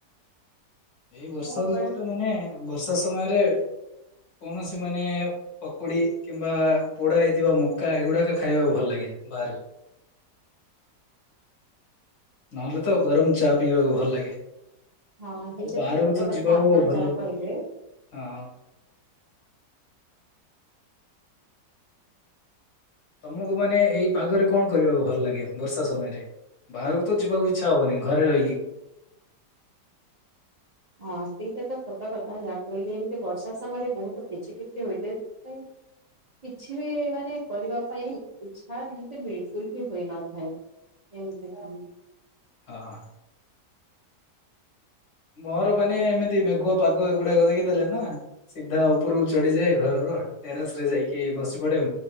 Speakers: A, on the left; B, on the right.
A: ଏଇ ବର୍ଷା
B: ସକାଳ
A: ଋତୁରେ ମାନେ ବର୍ଷା ସମୟରେ କୌଣସି ମାନେ ପକୁଡି କିମ୍ବା ପୋଡା ହେଇଥିବା ମକା ଏଗୁଡାକ ଖାଇବାକୁ ଭଲ ଲାଗେ ବାହାରେ। ନହେଲେ ତ ଗରମ ଚା ପିଇବାକୁ ଭଲ ଲାଗେ।
B: ହଁ ହେଇଟା
A: ଆଉ ବାହାରକୁ
B: ତ ସତ କଥା
A: ଯିବାକୁ
B: ଆପଣ
A: ଭଲ
B: ଯାହା କହିଲେ।
A: ହଁ। ତମକୁ ମାନେ ଏଇ ପାଗରେ କଣ କରିବାକୁ ଭଲ ଲାଗେ? ବର୍ଷା ସମୟରେ ବାହାରକୁ ତ ଯିବାକୁ ଇଚ୍ଛା ହବନି। ଘରେ ରହିକି
B: ହଁ ସେଇଟାତ ସତକଥା ଯାହା କହିଲି ଏମିତି ବର୍ଷା ସମୟରେ ବହୁତ କିଛିି କିଛି ହୋଇଥାଏ। ପାଇଁ କିଛିବି ମାନେ କରିବା ପାଇଁ ଇଛା, ଯେମିତି ବିଲକୁଲବି ହୋଇନଥାଏ। ଏମିତି କହୁ।
A: ହଁ। ମୋର ମାନେ ଏମିତି ମେଘୁଆ ପାଗ ଏଗୁଡାକ ଦେଖି ଦେଲେ ନା ସିଧା ଉପରକୁ ଚଢ଼ିଯାଏ ଘରର ଟେରେସରେ ଯାଇକି ବସି ପଡେ